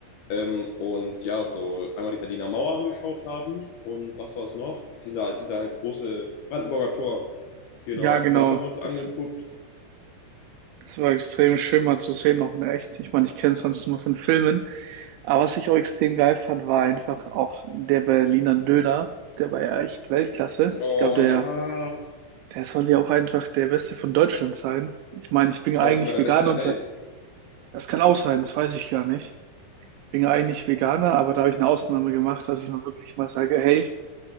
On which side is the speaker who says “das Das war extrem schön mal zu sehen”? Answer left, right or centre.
Right